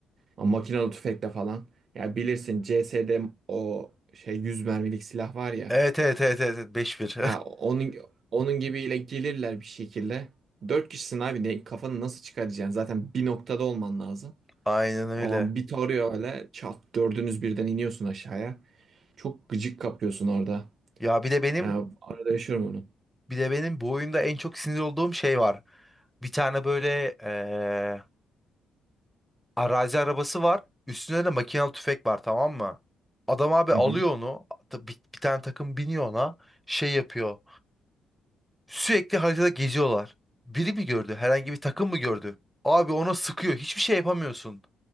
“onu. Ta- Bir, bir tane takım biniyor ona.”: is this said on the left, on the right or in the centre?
Centre